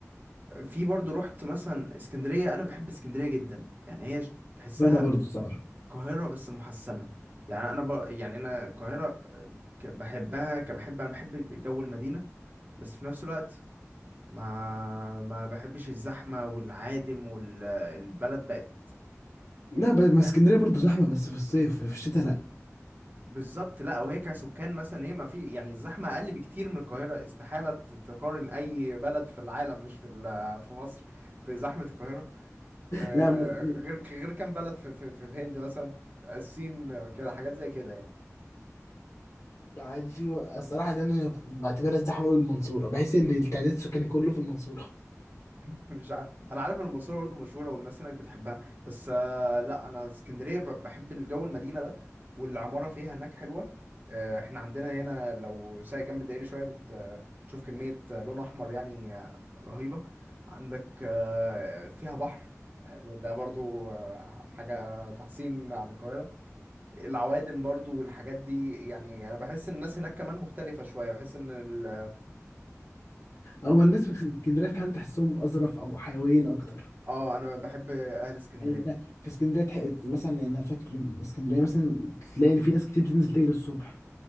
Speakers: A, on the right; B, on the left.
A: في برضو رحت مثلا اسكندريه انا بحب اسكندريه جدا يعني هي ش- تحسها
B: وانا برضو الصراحة
A: القاهرة بس محسنة يعني أنا ب... يعني أنا القاهرة ك- بحبها كبحب أنا بحب جو المدينة بس في نفس الوقت ما ما بحبش الزحمة والعادم والبلد بقت
B: لا ب- ما اسكندرية
A: يعني
B: برضو زحمة بس في الصيف في الشتاء لا
A: بالظبط لا وهي كسكان مثلا هي ما في يعني الزحمة أقل بكتير من القاهرة استحالة ت- تقارن أي بلد في العالم مش في ال- في مصر بزحمة القاهرة آه،
B: لا م... م-
A: غير غير كام بلد في في, في الهند مثلا الصين كده حاجات زي كده يعني
B: لا، عادي في الصراحه دي انا بعتبرها الزحمه قوي المنصوره بحس ان التعداد السكاني كله في المنصوره
A: <laughs> مش عارف انا عارف ان المنصوره برضه مشهوره والناس هناك بتحبها بس آه، لا انا اسكندريه ب- بحب الجو المدينه ده والعماره فيها هناك حلوه آه، احنا عندنا هنا لو سايق جنب الدائري شويه بت- آه، بتشوف كميه آه، لون احمر يعني آه، رهيبه عندك آه، فيها بحر يعني ده ده برضو آه، حاجة تحسين عن القاهرة العوادم برضو والحاجات دي يعني أنا بحس إن الناس هناك كمان مختلفة شوية بحس إن ال...
B: هو الناس في اسكندرية فاهم تحسهم أظرف أو حيويين أكتر
A: اه أنا بحب أهل اسكندرية
B: يعني انت في اسكندريه تح- مثلا يعني انا فاكر ان اسكندريه مثلا تلاقي ان في ناس كتير بتنزل تجري الصبح